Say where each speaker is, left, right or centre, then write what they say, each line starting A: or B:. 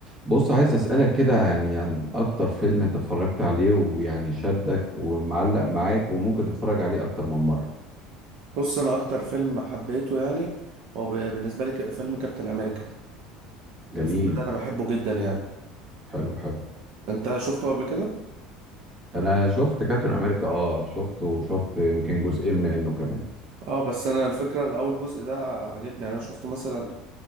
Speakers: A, on the right (about 20°); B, on the right (about 55°).
A: بص عايز أسألك كده يعني عن أكتر فيلم أنت اتفرجت عليه ويعني شدك ومعلق معاك وممكن تتفرج عليه أكتر من مرة مم.
B: بص انا اكتر فيلم حبيته يعني هو ب- بالنسبه لي ك- فيلم كابتن امريكا
A: جميل
B: الفيلم ده انا بحبه جدا يعني
A: حلو حلو
B: انت شفته قبل كده
A: أنا شفت كابتن أمريكا أه شفته وشفت يمكن جزئين منه كمان
B: اه بس انا الفكره الاول جزء ده عجبني يعني انا شفته مثلا